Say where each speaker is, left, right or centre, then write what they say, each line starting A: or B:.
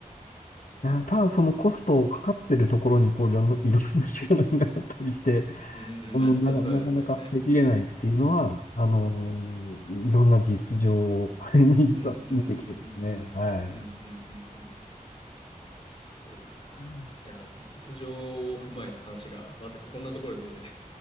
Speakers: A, on the left (about 65°); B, on the left (about 40°).
A: だただそのコストをかかってるところに、こう、いろんな、いろんなしがらみがあったりして、
B: うんまあ、
A: このなか、
B: そう、そうですよね。
A: なかなか捨てきれないっていうのは、あのいろんな実情を <laughs> に実は見てきてですね。
B: うん、うん、うん、うん、うん、うん、
A: はい。
B: うん、うん。そうですか。
A: うん
B: いや、実情を踏まえた話が、まさかこんなところでね